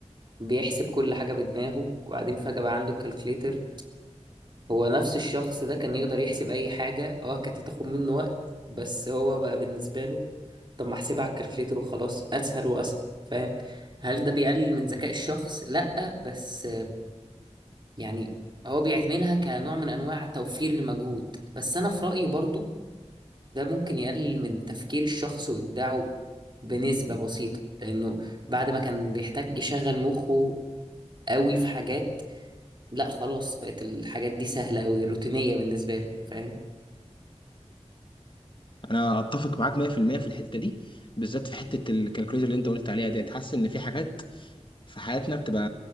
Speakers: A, on the right; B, on the left.
A: بيحسب كل حاجه بدماغه وبعدين فجاه بقى عنده الكالكليتر هو نفس الشخص ده كان يقدر يحسب اي حاجه اه كانت هتاخد منه وقت بس هو بقى بالنسبه له طب ما احسبها على الكالكليتر وخلاص اسهل واسهل فاهم هل ده بيقلل من ذكاء الشخص لا بس يعني هو بيعملها كنوع من انواع توفير المجهود بس انا في رأيي برضو ده ممكن يقلل من تفكير الشخص وابداعه بنسبة بسيطة لانه بعد ما كان بيحتاج يشغل مخه قوي في حاجات لا خلاص بقت الحاجات دي سهلة قوي روتينية بالنسبة له فاهم
B: انا اتفق معاك 100% في المية في الحتة دي بالذات في حتة الكالكوليتر اللي انت قلت عليها ديت حاسس ان في حاجات في حياتنا بتبقى